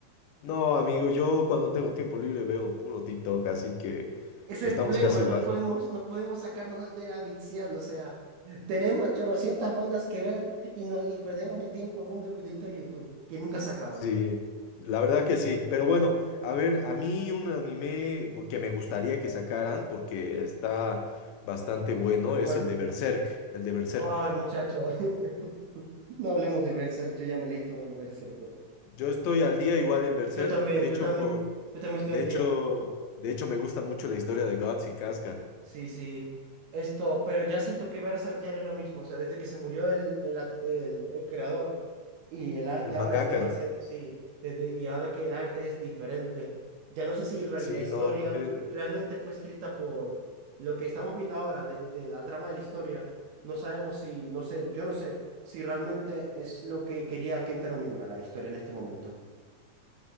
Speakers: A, on the left; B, on the right.
A: No, amigo, yo cuando tengo tiempo libre veo puro TikTok, así que
B: Ese
A: estamos
B: es el problema,
A: casi
B: no
A: igual.
B: podemos, no podemos sacarnos de la adicción, o sea, tenemos chorrocientas vainas que ver y, no, y perdemos el tiempo viendo videitos de YouTube que nunca se acaban.
A: Sí, la verdad que sí, pero bueno, a ver, a mí un anime que me gustaría que sacaran porque está bastante bueno es
B: ¿Cuál?
A: el de Berserk, el de Berserk.
B: Ay, muchacho. <laughs> No hablemos de Berserk, yo ya me leí todo el Berserk, bro.
A: Yo estoy al día igual en Berserk,
B: Yo también,
A: de hecho,
B: yo también,
A: po-
B: yo también estoy
A: de
B: al
A: hecho,
B: día.
A: de hecho me gusta mucho la historia de Guts y Casca,
B: Sí, sí. Esto, pero ya siento que Berserk ya no es lo mismo. O sea, desde que se murió el, el, a- el- el creador y el arte
A: el mangaka.
B: ahora es demasiado. Sí, desde, y ahora que el arte es diferente. Ya no sé si real-
A: Sí,
B: la historia
A: no, eh,
B: realmente fue escrita por lo que estamos viendo ahora de, de la trama de la historia. No sabemos si, no sé, yo no sé si realmente es lo que quería Kentaro Miura, la historia en este momento.